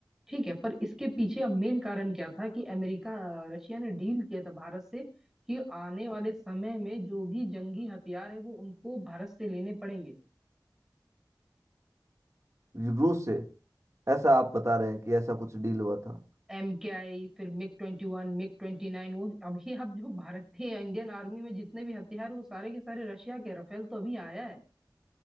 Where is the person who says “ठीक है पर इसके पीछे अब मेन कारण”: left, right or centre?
Centre